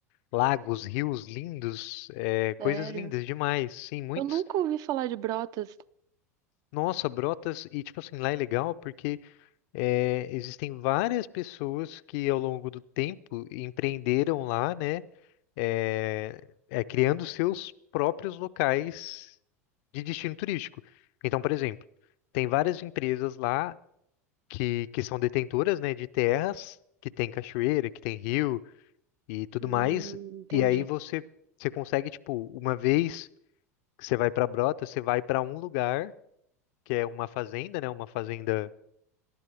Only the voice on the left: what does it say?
lagos, rios lindos, eh, coisas
lindas demais. Sim, muito
nossa, Brotas, e tipo assim, lá é legal porque é, existem várias pessoas que ao longo do tempo empreenderam lá, né? É, é, criando seus próprios locais de destino turístico. Então, por exemplo, tem várias empresas lá que, que são detentoras, né, de terras, que tem cachoeira, que tem rio e tudo
mais.
E aí você, você consegue, tipo, uma vez que você vai para Brotas, você vai para um lugar, que é uma fazenda, né? Uma fazenda